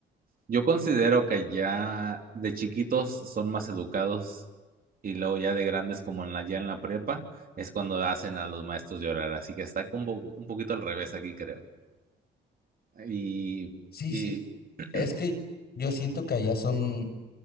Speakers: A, on the right; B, on the left.
A: Yo considero que ya de chiquitos son más educados y luego ya de grandes como en la, ya en la prepa es cuando hacen a los maestros llorar. Así que está un, po- un poquito al revés aquí, creo. Y,
B: Sí,
A: y
B: sí,
A: <clears throat>
B: es que yo siento que allá son...